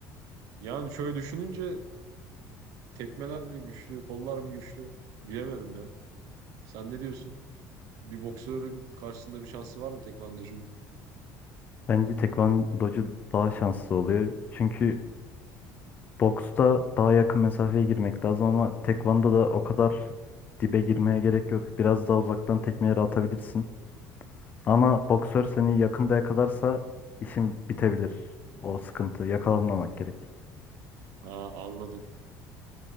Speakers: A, on the right; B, on the left.
A: Yani şöyle düşününce tekmeler mi güçlü, kollar mı güçlü? Bilemedim ya. Sen ne diyorsun? Bir boksörün karşısında bir şansı var mı tekvandocunun?
B: Bence tekvandocu daha şanslı oluyor. Çünkü boksta daha yakın mesafeye girmek lazım ama tekvandoda o kadar dibe girmeye gerek yok. Biraz daha uzaktan tekmeleri atabilirsin. Ama boksör seni yakında yakalarsa işin bitebilir. O sıkıntı. Yakalanmamak gerek.
A: Aa, anladım.